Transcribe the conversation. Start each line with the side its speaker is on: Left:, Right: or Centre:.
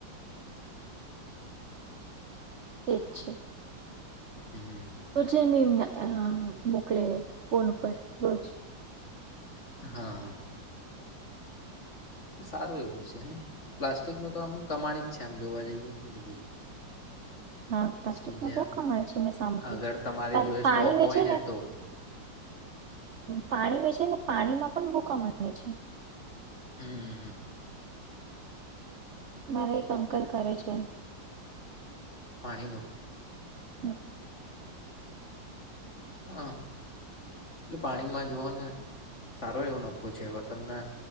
Right: એ જ છે
Left: હમ
Right: રોજે મેંમ મોકલે ફોન ઉપર રોજ
Left: હા સારું એવું છેને પ્લાસ્ટિક ન તો આમ કમાણી જ છે આમ જોવા જઈએું ભાઈ
Right: હા પ્લાસ્ટિકમાં
Left: સમજ્યા
Right: બો કમાન છે. મે સાંભળ્યું
Left: અગર તમારી
Right: છે
Left: જોડે
Right: પાણી
Left: સ્ટોક
Right: વેચે
Left: હોય
Right: ને
Left: તો
Right: પાણી વચે છે ને પાણીમાં પણ બો કમાણી છે.
Left: હમ્મ
Right: મારા એક અંકલ કરે છે
Left: પાણી નું
Right: હમ્મ
Left: હા એટલે પાણીમાં જોવા ને સારો એવો નફો છે હવે તમને